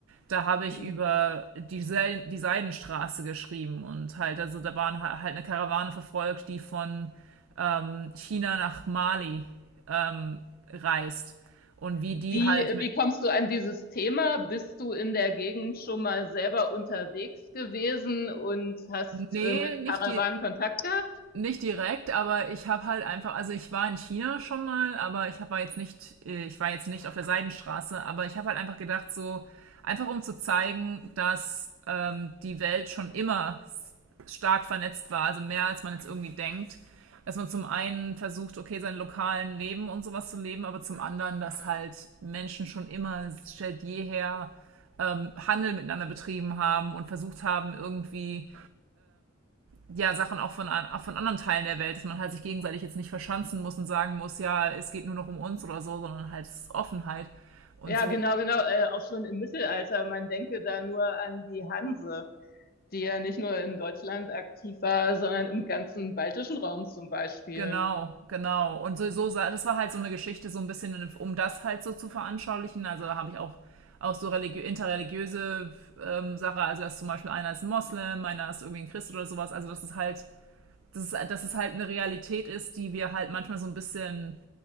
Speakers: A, on the right; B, on the left.
A: Da habe ich
B: Mhm.
A: über die, Sel die Seidenstraße geschrieben und halt, also da waren ha- halt eine Karawane verfolgt, die von ähm, China nach Mali ähm, reist. Und wie
B: Wie,
A: die halt mit.
B: wie kommst du an dieses Thema? Bist du in der Gegend schon mal selber unterwegs gewesen und hast
A: Nee,
B: äh, mit
A: nicht
B: Karawanen
A: die.
B: Kontakt gehabt?
A: Nicht direkt, aber ich habe halt einfach, also ich war in China schon mal, aber ich hab- war jetzt nicht, äh, ich war jetzt nicht auf der Seidenstraße, aber ich habe halt einfach gedacht, so einfach um zu zeigen, dass ähm, die Welt schon immer s- stark vernetzt war, also mehr als man jetzt irgendwie denkt, dass man zum einen versucht, okay, sein lokalen Leben und sowas zu leben, aber zum anderen, dass halt Menschen schon immer seit jeher ähm, Handel miteinander betrieben haben und versucht haben, irgendwie ja, Sachen auch von, auch von anderen Teilen der Welt, dass man halt sich gegenseitig jetzt nicht verschanzen muss und sagen muss, ja, es geht nur noch um uns oder so, sondern halt es ist Offenheit und
B: Ja,
A: so.
B: genau, genau, äh, auch schon im Mittelalter. Man denke da nur an die Hanse. die ja nicht nur in Deutschland aktiv war, sondern im ganzen baltischen Raum zum Beispiel.
A: Genau, genau. Und so, so, sa- das war halt so eine Geschichte, so ein bisschen, um das halt so zu veranschaulichen. Also da habe ich auch, auch so religi interreligiöse ähm, Sache, also dass zum Beispiel einer ist ein Moslem, einer ist irgendwie ein Christ oder sowas. Also dass es halt, dass es, dass es halt eine Realität ist, die wir halt manchmal so ein bisschen